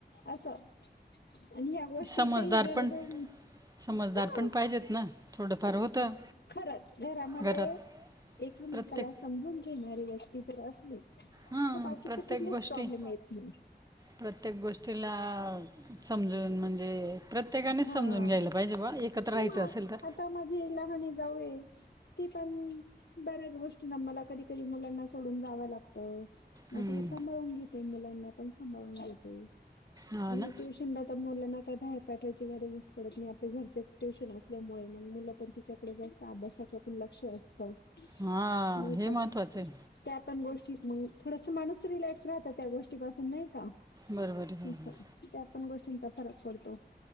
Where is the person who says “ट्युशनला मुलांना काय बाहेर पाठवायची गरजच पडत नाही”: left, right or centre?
Left